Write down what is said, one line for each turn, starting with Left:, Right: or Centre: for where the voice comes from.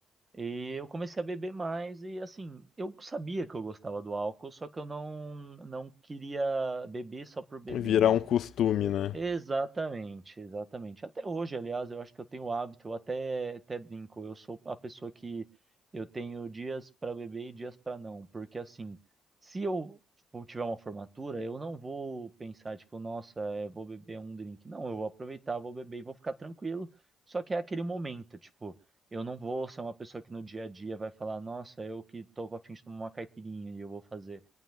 Right: E eu comecei a beber mais e assim, eu sabia que eu gostava do álcool, só que eu não não queria beber só por beber,
Left: Virar
Right: né?
Left: um costume, né?
Right: Exatamente, exatamente. Até hoje, aliás, eu acho que eu tenho o hábito, eu até, até brinco, eu sou a pessoa que eu tenho dias para beber e dias para não, porque assim, se eu for- tiver uma formatura, eu não vou pensar, tipo, nossa, é, vou beber um drink. Não, eu vou aproveitar, vou beber e vou ficar tranquilo. Só que é aquele momento, tipo, eu não vou ser uma pessoa que no dia a dia vai falar, nossa, eu que tô a fim de tomar uma caipirinha e eu vou fazer.